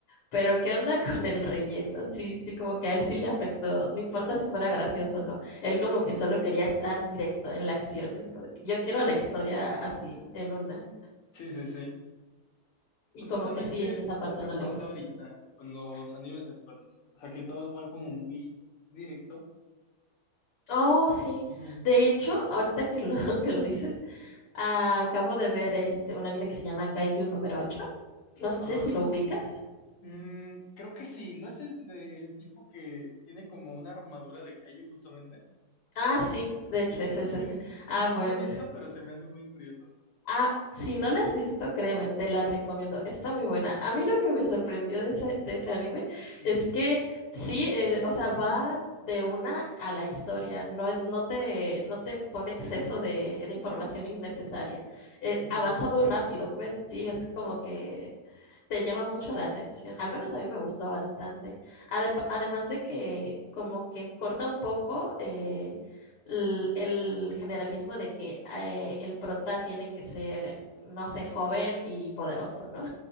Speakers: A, on the left; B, on the left.
A: pero ¿qué onda <laughs> con el relleno? Sí, sí, como que a él sí le afectó, no importa si fuera gracioso o no, él como
B: Ujú.
A: que solo quería estar directo en la acción, es como de que yo quiero la historia así, en una,
B: Sí, sí, sí.
A: y
B: Pues
A: como
B: justamente
A: que sí,
B: es
A: en esa parte
B: lo que
A: no
B: pasa
A: le gustó.
B: ahorita con los animes actuales. O sea, que todos van como muy directo.
A: Oh, sí.
B: Ujú.
A: De hecho, ahorita que lo, <laughs> que lo dices, acabo de ver este un anime que se llama Kaiju número ocho No sé
B: Ajá.
A: si lo ubicas.
B: Mm, creo que sí, ¿no es el, de- el tipo que tiene como una armadura de Kaiju justamente?
A: Ah, sí, de hecho
B: Ujú.
A: es ese. <laughs>
B: Sí,
A: Ah,
B: no
A: bueno.
B: lo he visto, pero se me hace muy curioso.
A: Ah, si no la has visto, créeme, te la recomiendo. Está muy buena. A mí lo que me sorprendió de ese, de ese anime
B: Ujú,
A: es que sí, eh, o sea, va de una a la historia. No es, no te, no te pone exceso de, de información innecesaria. Eh,
B: ujú.
A: avanza muy rápido, pues sí, es como que te llama mucho la atención. Al menos a mí me gustó bastante. Ade- además de que como que corta un poco eh, l- el, generalismo de que eh, el prota tiene que ser, no sé, joven y poderoso, ¿no?